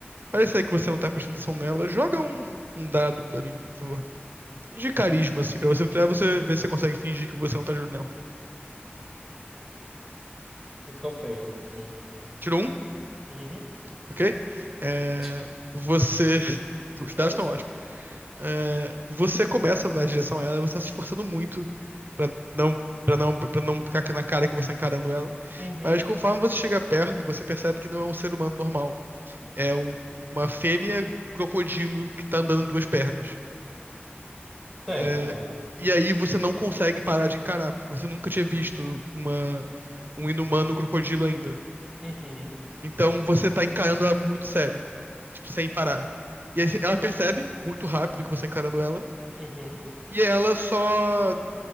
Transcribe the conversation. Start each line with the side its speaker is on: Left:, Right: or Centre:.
Right: Parece aí que você não tá prestando atenção nela. Joga um, um dado pra mim, por favor. De carisma, assim, pra você, pra você ver se você consegue fingir que você não tá ajudando nela.
Centre: Critical fail. Hum.
Right: Tirou um,
Centre: Uhum.
Right: ok? É,
Centre: <laughs>
Right: você. <laughs> Os
Centre: Que
Right: dados
Centre: ódio.
Right: estão ótimos. É, você começa a andar em direção a ela, você tá se esforçando muito pra não, pra não, pra não ficar na cara que você tá encarando ela.
Centre: Uhum.
Right: Mas conforme você chega perto, você percebe que não é um ser humano normal. É o- uma fêmea crocodilo que tá andando em duas pernas.
Centre: Certo.
Right: É, e aí você não consegue parar de encarar, porque você nunca tinha visto uma, um inumano crocodilo ainda.
Centre: Uhum.
Right: Então você tá encarando ela muito sério, tipo, sem parar. E aí cê- ela percebe muito rápido que você tá encarando ela,
Centre: Uhum.
Right: e ela só.